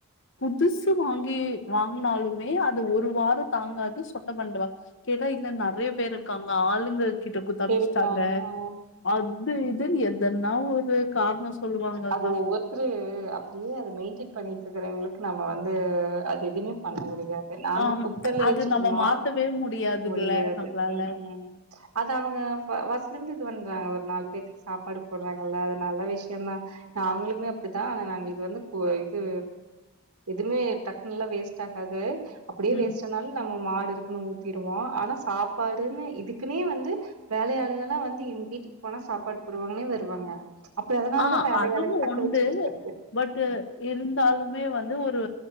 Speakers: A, on the left (about 55°); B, on the right (about 85°).
A: புதுசு வாங்கி வாங்கனாலுமே அது ஒரு வாரோ தாங்காது சொட்ட பண்ணுடுருவ கேட்டா இல்ல நெறைய பேர் இருக்காங்க ஆளுங்க கிட்ட குத்தமிச்சிட்டாங்க
B: இருக்காங்க ஆ
A: அப் அது இதுன்னு எதன்னா ஒரு காரணோ சொல்லுவாங்கக்கா
B: அது ஒவ்வொர் அப்டியே அத மெயின்டெயின் பண்ணிட்டு இருக்கறவங்களுக்கு நம்ம வந்து அது எதுவுமே பண்ண முடியாது நாங்க
A: ஆமா
B: குக்கர்ல
A: அது
B: வச்சுக்குவோ
A: நம்ம மாத்தவே முடியாதுல்ல
B: முடியாது
A: நம்மளால
B: ம் ம் அது அவுங்க ஃபர்ஸ்ட்லந்து இது பண்றாங்க ஒரு நாலு பேத்துக்கு சாப்பாடு போட்றாங்கல்ல நல்ல விஷயோதா நாங்களுமே அப்டித்தா ஆனா நாங்க இது வந்து இது எதுமே டக்குனல்லா வேஸ்ட் ஆகாது அப்டியே
A: ம்
B: வேஸ்ட் ஆனாலு நம்ம மாடு இருக்கணு ஊத்திருவோ ஆனா சாப்பாடுன்னு இதுக்குன்னே வந்து வேலையாளுங்க எல்லா வந்து இவங்க வீட்டுக்கு போனா சாப்பாடு போடுவாங்கன்னே வருவாங்க அப்டி அதனாலதா
A: ஆ
B: வேலையாளுங்க
A: அதுவு
B: தக்க
A: உண்டு
B: வச்சுக்கிட்டு இருக்கிறது
A: பட்டு இருந்தாலுமே வந்து ஒரு